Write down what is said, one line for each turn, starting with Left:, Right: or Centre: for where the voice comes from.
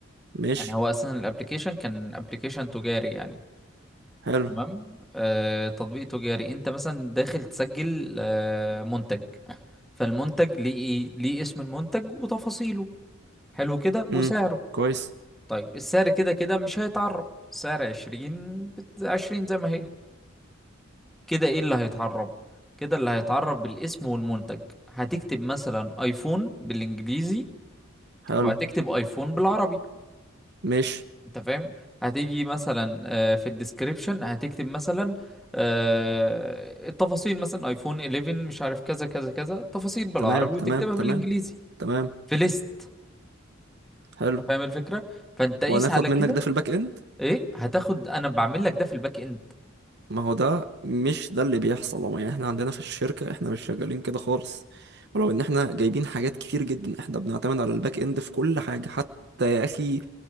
Right: ماشي
Centre: يعني هو اصلا الابليكيشن كان ابليكيشن تجاري يعني
Right: حلو
Centre: تمام آه تطبيق تجاري انت مثلا داخل تسجل آه منتج فالمنتج ليه ايه ليه اسم المنتج وتفاصيله حلو كده
Right: امم
Centre: وسعره
Right: كويس
Centre: طيب السعر كده كده مش هيتعرب سعر عشرين بت- عشرين زي ما هي كده ايه اللي هيتعرب كده اللي هيتعرب بالاسم والمنتج هتكتب مثلا ايفون بالانجليزي
Right: حلو
Centre: وهتكتب ايفون بالعربي
Right: ماشي
Centre: انت فاهم هتيجي مثلا آه، في الديسكريبشن هتكتب مثلا آه، التفاصيل مثلا ايفون 11 مش عارف كذا كذا كذا تفاصيل بالعربي
Right: تمام
Centre: وتكتبها
Right: تمام
Centre: بالانجليزي
Right: تمام تمام
Centre: في ليست
Right: حلو
Centre: انت فاهم الفكره فانت قيس
Right: وهناخد
Centre: على كده
Right: منك ده في الباك اند
Centre: ايه هتاخد انا بعمل لك ده في الباك اند
Right: ما هو ده مش ده اللي بيحصل هو يعني احنا عندنا في الشركة احنا مش شغالين كده خالص ولو ان احنا جايبين حاجات كتير جدا احنا بنعتمد على الباك اند في كل حاجة حتى يا اخي